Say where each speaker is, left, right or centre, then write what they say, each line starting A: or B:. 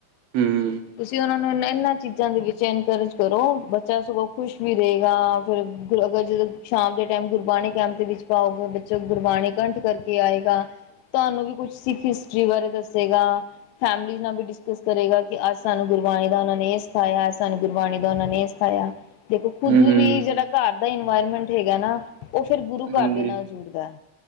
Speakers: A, on the right (about 85°); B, on the left (about 80°).
A: ਹੂੰ
B: ਤੁਸੀਂ ਓਨਾਂ ਨੂੰ ਏਨਾਂ ਚੀਜ਼ਾਂ ਦੇ ਵਿੱਚ ਇਨਕਰੇਜ ਕਰੋ ਬੱਚਾ ਸਗੋਂ ਖੁਸ਼ ਵੀ ਰਏਗਾ ਫਿਰ ਅਗਰ ਜ ਸ਼ਾਮ ਦੇ ਟੈਮ ਗੁਰਬਾਣੀ ਕੈਂਪ ਦੇ ਵਿੱਚ ਪਾਓਗੇ ਬੱਚਾ ਗੁਰਬਾਣੀ ਕੰਠ ਕਰਕੇ ਆਏਗਾ। ਤੁਆਨੂੰ ਵੀ ਕੁਛ ਸਿੱਖ ਹਿਸਟਰੀ ਬਾਰੇ ਦੱਸੇਗਾ। ਫੈਮਲੀ ਨਾਲ ਵੀ ਡਿਸਕਸ ਕਰੇਗਾ ਕਿ ਅੱਜ ਸਾਨੂੰ ਗੁਰਬਾਣੀ ਦਾ ਓਨਾਂ ਨੇ ਏ ਸਿਖਾਇਆ ਸਾਨੂੰ ਗੁਰਬਾਣੀ ਦਾ ਓਨਾਂ ਨੇ ਏ ਸਿਖਾਇਆ ਦੇਖੋ ਖੁਦ
A: ਹੂੰ
B: ਵੀ
A: ਹੂੰ
B: ਜੇੜਾ ਘਰ ਦਾ ਇਨਵਾਇਰਮੈਂਟ ਹੈਗਾ ਨਾ। ਓ ਫੇਰ ਗੁਰੂ ਘਰ
A: ਹਾਂਜੀ
B: ਦੇ ਨਾਲ ਜੁੜਦਾ।